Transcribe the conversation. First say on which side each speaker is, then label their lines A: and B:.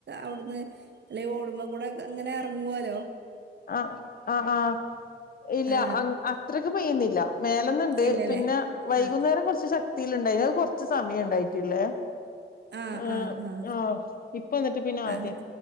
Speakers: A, on the right; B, on the left.
A: അവിട്ന്ന്അല്ലെങ്കി ഓട്മ്മ കൂടെ യൊക്കെങ്ങനെ എർങ്ങോലൊ
B: ആഹ് ആഹ് ഇല്ല.
A: ആ
B: അത്രയ്ക്ക് പെയ്യുന്നില്ല.. മേല്ന്ന്ണ്ട്
A: ഇല്ലല്ലേ
B: പിന്നെ വൈകുന്നേരം
A: ആ
B: കൊറച്ച് ശക്തീല്ണ്ടായിര്ന്ന് അത് കൊറച്ച് സമയണ്ടായിട്ടുള്ളെ
A: ആഹ്
B: ആഹ്ആ
A: ആഹ് ആഹ്
B: ഇപ്പ എന്നിട്ട് പിന്നെ ആദ്യ
A: അങ്ങനെ